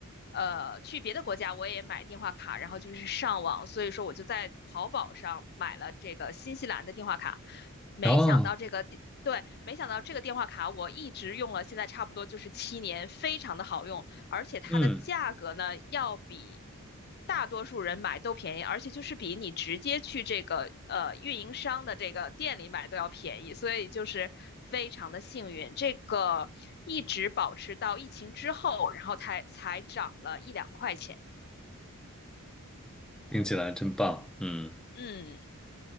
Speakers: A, on the left; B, in the centre.
A: 呃，去别的国家我也买电话卡，然后就是上网，所以说我就在淘宝上买了这个新西兰的电话卡，没想到这个电，
B: 哦，
A: 对，没想到这个电话卡我一直用了，现在差不多就是七年，非常的好用，而且它的价格呢，
B: 嗯，
A: 要比大多数人买都便宜，而且就是比你直接去这个呃运营商的这个店里买都要便宜，所以就是非常的幸运。这个一直保持到疫情之后，然后才才涨了一两块钱。
B: 听起来真棒。嗯。
A: 嗯